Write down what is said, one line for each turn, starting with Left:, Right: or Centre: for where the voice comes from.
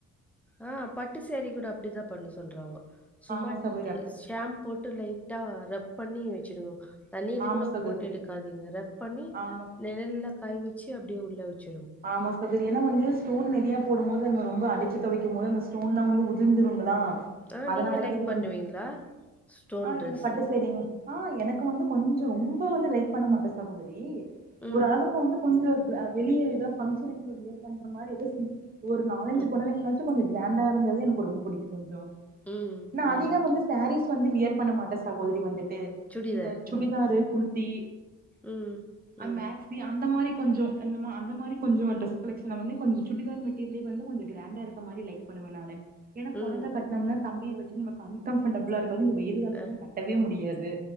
Centre: ஆ பட்டு சேரீ கூட அப்டிதான் பண்ண சொல்றாங்கோ சும்மா
Right: ஆமா சகோதரி அப்படி
Centre: ஷாம்பு போ ட்டு லைட்டா ரப் பண்ணி வச்சிருவோ தண்ணில
Right: ஆமா
Centre: கூட
Right: சகோதரி
Centre: போட்டு எடுக்காதீங்க ரப் பண்ணி
Right: ஆமா
Centre: நெழல்ல காய் வச்சி அப்டியே உள்ளே வச்சி
Right: ஆமா சகோதரி ஏனா வந்து ஸ்டோன் நிறையா போடும்போது நம்ம ரொம்ப அடிச்சு துவைக்கும் போது அந்த ஸ்டோன் எல்லா வந்து உதிர்ந்துருங்களா
Centre: ஆ
Right: அதனால
Centre: நீங்க லைக்
Right: கீது
Centre: பண்ணுவீங்களா?
Right: வந்து
Centre: ஸ்டோன்
Right: ஆ
Centre: ட்ரெஸ்ஸு.
Right: என்ன பட்டு சேரிங் ஆ எனக்கு வந்து கொஞ்சோ ரொம்ப வந்து லைக் பண்ண மாட்டே சகோதரி
Centre: ம்.
Right: ஓரளவுக்கு வந்து கொஞ்சோ அ வெளிய எதோ பங்ஷன்னுக்கு வியர் பண்ற மாரி எதோ சி ஒரு நாலஞ்சு
Centre: ம்.
Right: பொடவைங்கள ச்சு கொஞ்சோ கிராண்டா இருந்தது எனக்கு ரொம்ப புடிக்கு கொஞ்சோ
Centre: ம்.
Right: நா
Centre: ம்.
Right: அதிக வந்து சேரீஸ் வந்து வியர் பண்ண மாட்ட சகோதரி வந்துட்டு
Centre: சுடிதார்.
Right: இந்த சுடிதாரு
Centre: ம்.
Right: குர்தி
Centre: ம். ம்.
Right: அமேக்ஸ் நீ அந்த மாரி கொஞ்சோ இந்த அந்த மாரி கொஞ்சோ ட்ரெஸ் கலெஷனை வந்து கொஞ்சோ சுடிதார் மெட்டீரியலையு வந்து கொஞ்சோ கிராண்டா இருக்க மாரி லைக் பண்ணுவ நானு ஏன்னா
Centre: ம்.
Right: பொடவை கட்டனம்னா தம்பியை வச்சு நமக்கு அன்கம்ஃபர்டபுளா இருக்காது இந்த வெயில்காலத்துக்கலா
Centre: அ.
Right: கட்டவே முடியாது